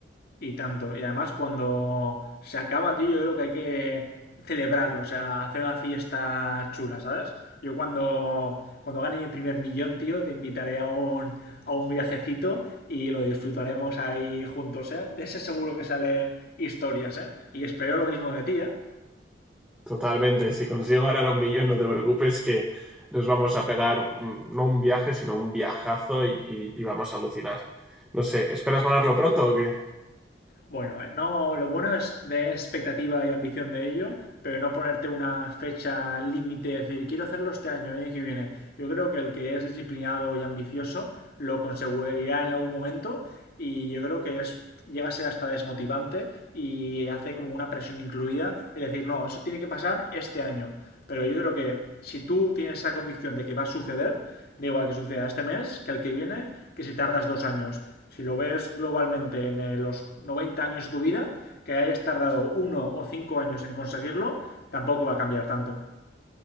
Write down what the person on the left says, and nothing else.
Y tanto. Y además cuando se acaba, tío, yo creo que hay que celebrarlo, o sea, hacer una fiesta chula, ¿sabes? Yo cuando, cuando gane mi primer millón, tío, te invitaré a un, a un viajecito y lo disfrutaremos ahí juntos, ¿eh? De ese seguro que sale historias, ¿eh? Y espero lo mismo de ti, ¿eh?
Bueno, eh, no, lo bueno es tener expectativa y ambición de ello, pero no ponerte una fecha límite, decir, quiero hacerlo este año, el año que viene. Yo creo que el que es disciplinado y ambicioso lo conseguirá en algún momento y yo creo que es llega a ser hasta desmotivante y hace como una presión incluida, es decir, no, eso tiene que pasar este año. Pero yo creo que si tú tienes esa convicción de que va a suceder, da igual que suceda este mes, que el que viene, que si tardas dos años. Si lo ves globalmente en eh, los 90 años de tu vida, que hayas tardado uno o cinco años en conseguirlo, tampoco va a cambiar tanto.